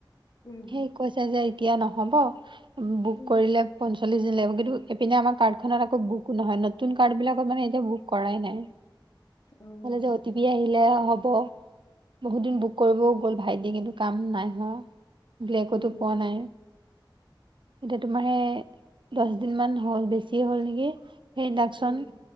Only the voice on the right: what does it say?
সেই কৈছা যে এতিয়া ন হব। বুক
কৰিলে। পঞ্চল্লিশ দিন লাগিব কিন্তুপিনে আমাৰ কাৰ্ডখনত আকৌ বুক নহয় নতুন কাৰ্ড বিলাকত মানে এতিয়া বুক কৰাই নাই।
কলেজ অতিপি আহিল। লে হ'ব। বহুত দিন বুক কৰিবও গ'ল ভাইট এহ ', কিন্তু কাম নাই হোৱা। ব্লেকোতো
পোৱা নাই। এতিয়া তোমাৰে দহ দিন মান হল বেছিয়ে হল নেকি। সেই ইণ্ডাকশচন